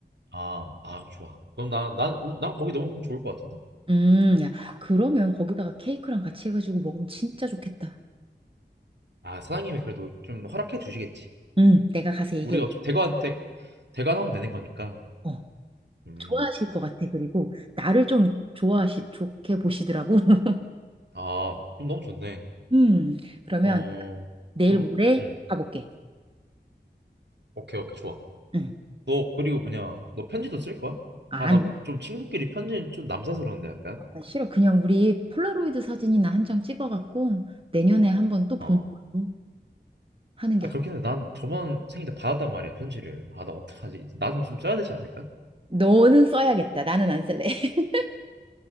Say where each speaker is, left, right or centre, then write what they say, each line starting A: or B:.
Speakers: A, on the right (about 70°); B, on the right (about 30°).
A: 아, 아, 그럼 좋아. 그럼 난, 난, 우- 난 거기 너무 좋을 것 같은데?
B: 음, 야, 그러면 거기다가 케이크랑 같이 해가지고 먹으면 진짜 좋겠다.
A: 아, 사장님이 그래도 좀 허락해 주시겠지.
B: 응, 내가 가서 얘기해.
A: 우리가 좀 대관한테, 대관하면 되는 거니까.
B: 어.
A: 음,
B: 좋아하실 것 같아. 그리고 나를 좀 좋아하시, 좋게 보시더라고. <laughs>
A: 아, 그럼 너무 좋네.
B: 음, 그러면
A: 어,
B: 내일
A: 그럼,
B: 모레
A: 음,
B: 가볼게.
A: 오케이, 오케이, 좋아.
B: 응.
A: 너, 그리고 뭐냐, 너 편지도 쓸 거야?
B: 아니,
A: 아, 난 좀 친구끼리 편지는 좀 남사스러운데, 약간.
B: 아, 싫어. 그냥 우리 폴라로이드 사진이나 한 장 찍어갖고 내년에 한번 또 보는
A: 어.
B: 걸로 하는 게
A: 아
B: 어때?
A: 그렇긴 한데 난 저번 생일 때 받았단 말이야 편지를 아 나 어떡하지 나 좀 좀 써야 되지 않을까?
B: 너는 써야겠다. 나는 안 쓸래. <laughs>